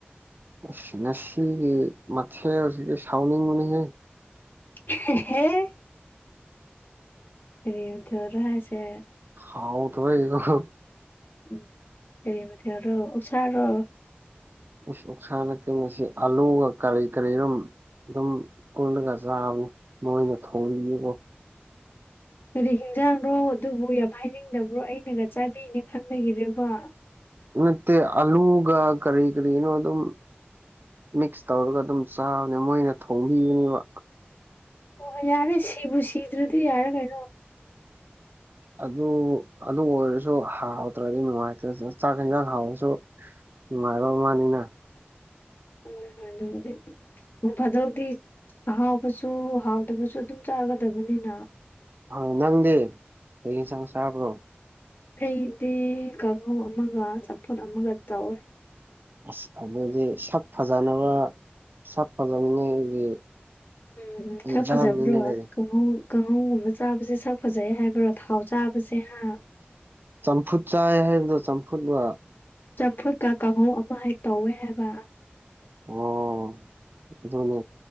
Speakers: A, on the right (about 55°); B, on the left (about 60°).
A: ꯑꯁ ꯉꯁꯤꯒꯤ ꯃꯊꯦꯜꯁꯤꯗꯤ ꯁꯥꯎꯅꯤꯡꯕꯅꯤꯍꯦ꯫
B: ꯑꯍꯦꯍꯦ ꯀꯔꯤ ꯃꯊꯦꯜꯔ ꯍꯥꯏꯁꯦ
A: ꯍꯥꯎꯇꯕꯒꯤꯀꯣ
B: ꯎꯝ ꯀꯔꯤ ꯃꯊꯦꯜꯔꯣ ꯑꯣꯛꯁꯥꯔꯣ
A: ꯎꯁ ꯑꯣꯛꯁꯥ ꯅꯠꯇꯦ ꯉꯁꯤ ꯑꯂꯨꯒ ꯀꯔꯤ ꯀꯔꯤꯔꯨꯝ ꯑꯗꯨꯝ ꯄꯨꯜꯂꯒ ꯆꯥꯕꯅꯦ ꯃꯣꯏꯅ ꯊꯣꯡ <unintelligible> ꯀꯣ
B: ꯀꯔꯤ ꯍꯤꯡꯖꯥꯡꯔꯣ ꯑꯗꯨꯕꯨ ꯌꯥꯝ ꯍꯥꯏꯅꯤꯡꯗꯕ꯭ꯔꯣ ꯑꯩꯅꯒ ꯆꯥꯕꯤꯅꯤ ꯈꯟꯕꯒꯤꯔꯥꯕ꯫
A: ꯅꯠꯇꯦ ꯑꯂꯨꯒ ꯀꯔꯤ ꯀꯔꯤꯅꯣ ꯑꯗꯨꯝ ꯃꯤꯛꯁ ꯇꯧꯔꯒ ꯑꯗꯨꯝ ꯆꯥꯕꯅꯦ ꯃꯣꯏꯅ ꯊꯣꯡꯕꯤꯕꯅꯦꯕ
B: ꯑꯣ ꯍꯣꯏ ꯌꯥꯔꯦ ꯁꯤꯕꯨ ꯁꯤꯗ꯭ꯔꯗꯤ ꯌꯥꯔꯦ ꯀꯩꯅꯣ
A: ꯑꯗꯨ ꯑꯗꯨ ꯑꯣꯏꯔꯁꯨ ꯍꯥꯎꯇ꯭ꯔꯗꯤ ꯅꯨꯡꯉꯥꯏꯇꯦꯗꯅ ꯆꯥꯛ ꯌꯦꯟꯖꯥꯡ ꯍꯥꯎꯕꯁꯨ ꯅꯨꯡꯉꯥꯏꯕ ꯃꯥꯅꯤꯅ
B: ꯍꯣꯏ ꯍꯣꯏ ꯑꯗꯨꯕꯨꯗꯤ ꯅꯣꯡ ꯐꯥꯗꯣꯛꯇꯤ ꯑꯍꯥꯎꯕꯁꯨ ꯍꯥꯎꯇꯕꯁꯨ ꯑꯗꯨꯝ ꯆꯥꯒꯗꯕꯅꯤꯅ꯫
A: ꯍ ꯅꯪꯗꯤ ꯀꯔꯤ ꯌꯦꯟꯁꯥꯡ ꯆꯥꯕ꯭ꯔꯣ꯫
B: ꯑꯩꯗꯤ ꯀꯥꯡꯉꯧ ꯑꯃꯒ ꯆꯝꯐꯨꯠ ꯑꯃꯒ ꯇꯧꯋꯦ꯫
A: ꯑꯁ ꯑꯗꯨꯗꯤ ꯁꯛ ꯐꯖꯅꯕ ꯁꯛ ꯐꯖꯅꯤꯡꯉꯥꯏꯒꯤ
B: ꯎꯝ ꯎꯝ ꯈ꯭ꯔ
A: ꯌꯦꯟꯁꯥꯡꯅꯤꯅꯦ
B: ꯐꯖꯕ꯭ꯔꯣ
A: ꯀꯩꯅꯣ꯫
B: ꯀꯥꯡꯉꯧ ꯀꯥꯡꯉꯧꯒꯨꯝꯕ ꯆꯥꯕꯁꯦ ꯁꯛ ꯐꯖꯩ ꯍꯥꯏꯕ꯭ꯔꯣ ꯊꯥꯎ ꯆꯥꯕꯁꯦ ꯍꯥ
A: ꯆꯝꯐꯨꯠ ꯆꯥꯏ ꯍꯥꯏꯗꯣ ꯆꯝꯐꯨꯠꯂ
B: ꯆꯝꯐꯨꯠꯀ ꯀꯥꯡꯉꯧ ꯑꯃ ꯍꯦꯛ ꯇꯧꯋꯦ ꯍꯥꯏꯕ꯫
A: ꯑꯣ ꯑꯗꯨꯅꯦ